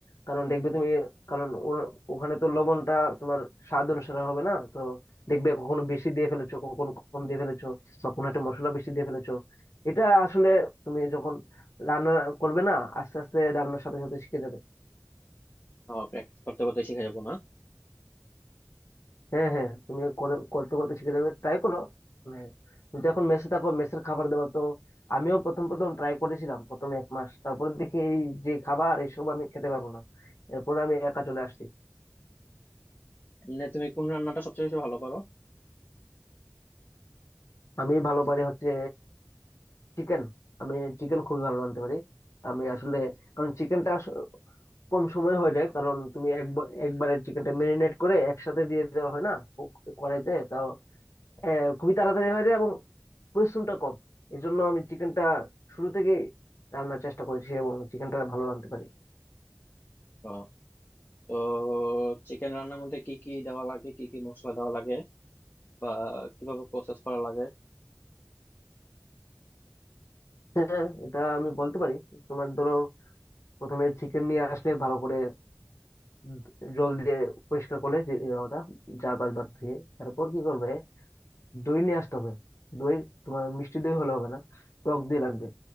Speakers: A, on the left; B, on the left.
A: কারণ দেখবে তুমি কারণ ও- ওখানে তো লবণটা তোমার স্বাদ অনুসারে হবে না তো দেখবে কখনো বেশি দিয়ে ফেলেছো কখনো কম দিয়ে ফেলেছো বা কোনো একটা মশলা বেশি দিয়ে ফেলেছো এটা আসলে তুমি যখন রান্না করবে না আস্তে আস্তে রান্নার সাথে সাথে শিখে যাবে
B: প্র্যাকটিস করতে করতে শিখে যাবো না
A: হ্যাঁ হ্যাঁ তুমি করে করতে করতে শিখে যাবে ট্রাই করো মানে তুমি তো এখন মেসে থাকো মেসের খাবার দাবার তো আমিও প্রথম প্রথম ট্রাই করেছিলাম প্রথম এক মাস তারপরে দেখি এই যে খাবার এইসব আমি খেতে পারবো না এরপর আমি একা চলে আসছি
B: এমনি তুমি কোন রান্নাটা সবচেয়ে বেশি ভালো পারো
A: আমি ভালো পারি হচ্ছে চিকেন আমি চিকেন খুবই ভালো রাঁধতে পারি আমি আসলে কারণ চিকেনটা কম সময় হয়ে যায় কারণ তুমি একবার একবারে চিকেনটা মেরিনেট করে একসাথে দিয়ে দেওয়া হয় না ও- কড়াইতে তাও আহ, খুবই তাড়াতাড়ি হয়ে যায় এবং পরিশ্রমটা কম এই জন্য আমি চিকেনটা শুরু থেকে রান্নার চেষ্টা করেছি এবং চিকেনটা ভালো রাঁধতে পারি
B: ও, তো চিকেন রান্নার মধ্যে কি কি দেওয়া লাগে কি কি মশলা দেওয়া লাগে বা কিভাবে প্রসেস করা লাগে
A: হ্যাঁ এটা আমি বলতে পারি তোমার ধরো প্রথমে চিকেন নিয়ে আসলে ভালো করে দ- জল দিয়ে পরিষ্কার করলে যে- এ ওটা চার পাঁচবার ধুয়ে তারপর কি করবে দই নিয়ে আসতে হবে দই তোমার মিষ্টি দই হলে হবে না টক দই লাগবে